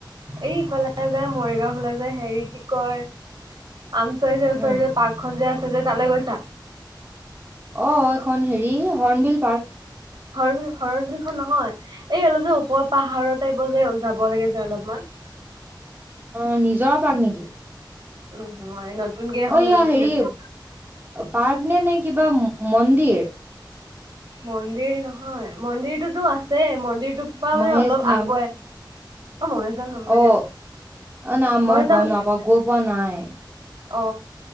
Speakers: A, on the right; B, on the right.
A: এই ইফালে যে মৰিগাঁও ফালে যে হেৰি কি কয়? আমচৰি যে ওচৰি
B: উম,
A: যে পাৰ্কখন যে আছে যে তালৈ গৈছা?
B: অ এইখন হেৰি হৰ্ণবিল পাৰ্ক।
A: শৰণ শৰণ বিলখন নহয় এই অলপ যে ওপৰ পাহাৰৰ টাইপ যে যাব লাগে যে অলপমান।
B: অ নিজৰা পাৰ্ক নেকি?
A: নহয় নতুনকে এখন
B: অ ইয়া হেৰি
A: খুলিছে।
B: পাৰ্ক নে নে কিবা মন্দিৰ।
A: মন্দিৰ নহয় মন্দিৰটোতো আছে মন্দিৰ টোপা
B: মহেশ
A: মানে অলপ
B: ধাম
A: আগুৱাই অ মহেশজান নহয়
B: অ
A: দিয়া
B: অ নাই
A: মহেশজান
B: মই গম নাপাওঁ গৈ পোৱা নাই।
A: অ